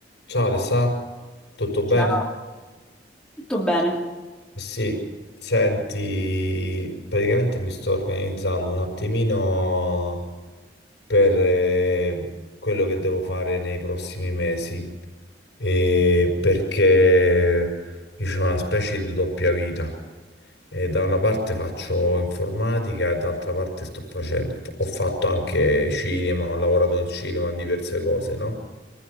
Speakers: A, on the left (about 75°); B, in the centre.
A: Ciao Alessà, tutto bene?
B: Ciao, Tutto bene,
A: Eh Sì, senti, praticamente mi sto organizzando un attimino per eh, quello che devo fare nei prossimi mesi, e perché io ho una specie di doppia vita. E da una parte faccio informatica, e dall'altra parte sto facendo, ho fatto anche cinema, ho lavorato in cinema, in diverse cose, no?